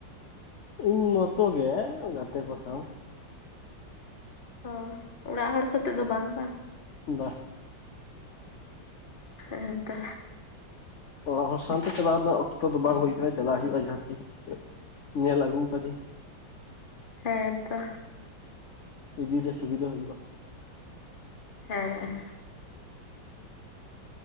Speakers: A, on the left; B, on the left.
A: ᱤᱧ ᱢᱚᱛᱚ ᱜᱮ ᱜᱟᱛᱮ ᱠᱚ ᱥᱟᱶ
B: ᱚ ᱚᱲᱟᱜ ᱦᱚᱲ ᱥᱟᱛᱮᱜ ᱫᱚ ᱵᱟᱝ ᱵᱟᱝ
A: ᱵᱟᱦ
B: ᱦᱮᱸᱛᱚ
A: ᱚᱲᱟᱜ ᱦᱚᱲ ᱥᱟᱶᱛᱮ ᱪᱟᱞᱟᱣ ᱨᱮᱱᱟᱜ ᱚᱠᱛᱚ ᱫᱚ ᱵᱟᱝ ᱦᱩᱭ ᱠᱟᱱᱟ ᱪᱟᱞᱟᱜ ᱦᱩᱭᱩᱜᱼᱟ ᱡᱟᱦᱟᱸ ᱛᱤᱥ ᱧᱮᱞ ᱟᱹᱜᱩ ᱠᱟᱫᱤᱧ
B: ᱦᱮᱸ ᱛᱚ
A: ᱤᱫᱤ ᱨᱮ ᱥᱩᱵᱤᱫᱷᱟ ᱦᱩᱭᱩᱜᱼᱟ
B: ᱦᱮᱸ